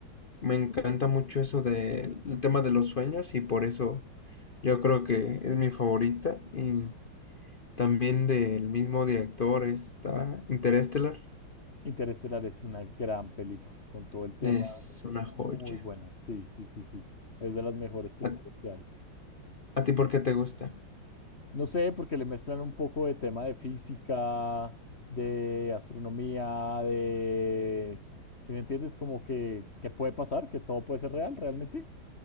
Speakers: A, on the left; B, on the left.
A: me encanta mucho eso del el tema de los sueños y por eso yo creo que es mi favorita. Y también del mismo director está Interstellar
B: Interestelar es una gran película, con todo el tema,
A: Es una
B: muy
A: joya.
B: buena. Sí, sí, sí, sí. Es de las mejores películas
A: ¿A,
B: que hay.
A: a ti por qué te gusta?
B: No sé, porque le mezclan un poco de tema de física, de astronomía, de... Si me entiendes, como que, que puede pasar, que todo puede ser real realmente.